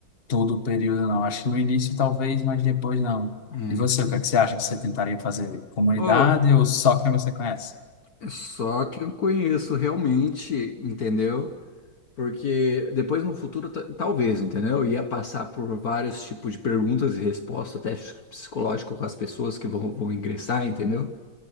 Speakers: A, on the left (about 30°); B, on the left (about 50°).
A: todo o período, não. Acho que no início talvez, mas depois não.
B: É.
A: E você, o que é que você acha que você tentaria fazer? Comunidade
B: Ô,
A: ou só quem você conhece?
B: É Só que eu conheço realmente, entendeu? Porque depois no futuro, ta- talvez, entendeu? Ia passar por vários tipos de perguntas e respostas, teste psicológico com as pessoas que vão, vão ingressar, entendeu?